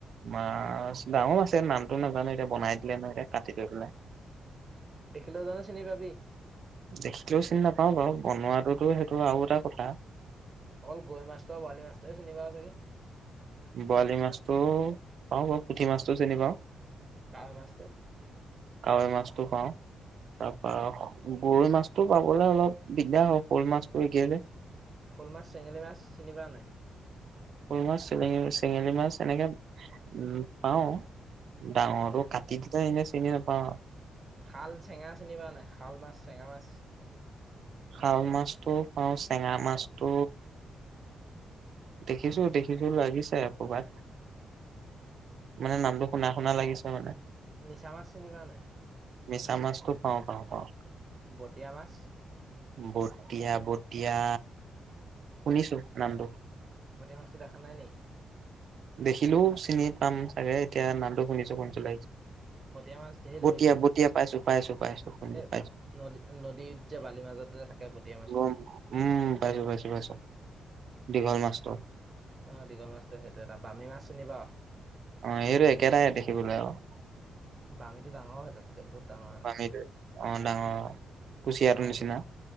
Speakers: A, on the right; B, on the right.
A: মাছ ডাঙো মাছে নামটো নাজানো এতিয়া বনাই দিলে ন এতিয়া কাটি লৈ পেলাই।
B: দেখিলেও জানো চিনি পাবি।
A: দেখিলেও চিনি নাপাওঁ বাৰু বনোৱাাতটোতো সেইটো আৰু এটা কথা।
B: অকল গৈ মাছটো বৰালি মাছটোৱে চিনি পাৱ চাগে।
A: বৰালি মাছতটো পাওঁ বাৰু পুঠি মাছটো চিনি পাওঁ।
B: কাৱৈ মাছ তো
A: কাৱৈ মাছটো খাওঁ। তাৰপা গৰৈ মাছটো পাবলৈ অলপ দিগদাৰ হয় শ'ল মাছটো একেই যে।
B: শ'ল মাছ চেঙেলী মাছ চিনি পাও নে নাই
A: ফুল মাছ চিলঙ চেঙেলী মাছ এনেকে উ পাও ডাঙৰটো
B: তাৰপিছত
A: কাটি দিলে এনেই চিনি নাপাওঁ আৰু
B: শাল চেঙা চিনি পাও নাই শাল মাছ চেঙা মাছ
A: শাল মাছটো পাওঁ, চেঙা মাছটো, দেখিছো দেখিছো লাগিছেপ। ভাত মানে নামটো শুনা শুনা লাগিছে মানে।
B: মিছামাছ চিনি পাৱ নে।
A: মিছা মাছটো পাওঁ পাওঁ পাওঁ
B: বটিয়া মাছ
A: বটিয়া বটিয়া শুনিছো নামটো
B: বটিয়া মাছটো দেখা নাই নি
A: দেখিলোও চিনি পাম চাগে এতিয়া নামটো শুনিছো শুনিছো লাগিছে
B: বতীয়া মাছ ঢেৰ
A: বতিয়া
B: ধৰিলোঁ
A: বতিয়া পাইছো পাইছো পাইছো পাইছো
B: এ নদী নদীত যে বালিৰ মাজতে থাকে বটিয়া মাছটো
A: গম উম পাইছো পাইছো পাইছো দীঘল মাছটোৰ
B: অ দীঘল মাছটো সেইটো এটা বামী মাছ চিনি পাও
A: অ সেইটো একেটাইে দেখিবলৈ আৰু
B: বামী ডাঙৰ হয় তাতকে বহুত ডাঙৰ হয়
A: হৈনেকি অ ডাঙৰ কুচিয়াটো
B: মই
A: নিচিনা